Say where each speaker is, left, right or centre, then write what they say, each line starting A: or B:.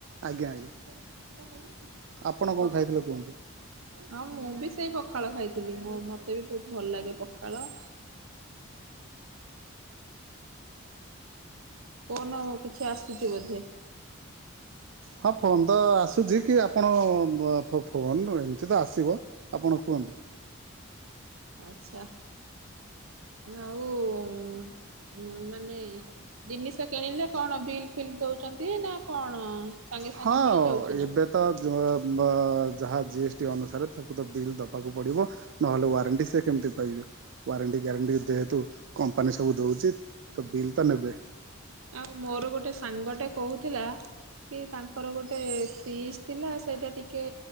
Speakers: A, on the right; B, on the right.
A: ଆଜ୍ଞା, ଜ୍ଞା।
B: <inaudible>
A: ଆପଣ
B: ପ
A: କଣ ଖାଇଥିଲେ କୁହନ୍ତୁ?
B: ହଁ, ମୁଁ ବି ସେଇ ପଖାଳ ଖାଇଥିଲି। ମତେ ବି ବହୁତ ଭଲ ଲାଗେ ପଖାଳ। ଫୋନ କିଛି ଆସୁଛି ବୋଧେ!
A: ହଁ, ଫୋନ୍ ତ ଆସୁଛି। କି ଆପଣ-ଅ ଫୋ-ଫୋନ୍ ଏମିତି ତ ଆସିବ। ଆପଣ କୁହନ୍ତୁ।
B: ଆଛା, ଆଉ-ଉଁ ମାନେ, ଜିନିଷ କିଣିଲେ କଣ ବିଲ୍ ଫିଲ୍ ଦଉଛନ୍ତି ନା କଣ? ସାଙ୍ଗେ ସାଙ୍ଗେ
A: ହଁ
B: ମିଳି ଯାଉଛି ନା?
A: ଏବେ ତ ଯ ବ-ଅ-ଯାହା ଜିଏସ୍ ଟି ଅନୁସାରେ ତାକୁ ତ ବିଲ୍ ଦବାକୁ ପଡ଼ିବ? ନହେଲେ ୱାରେଣ୍ଟି ସେ କେମିତି ପାଇବେ? ୱାରେଣ୍ଟି ଗ୍ୟାରେଣ୍ଟି ଯେହେତୁ କମ୍ପାନୀ ସବୁ ଦଉଚି ତ ବିଲ୍ ତ ନେବେ।
B: ଆଉ ମୋର ଗୋଟେ ସାଙ୍ଗଟା କହୁଥିଲା କି ତାଙ୍କର ଗୋଟେ ଫିଜ ଥିଲା ସେଇଟା ଟିକେ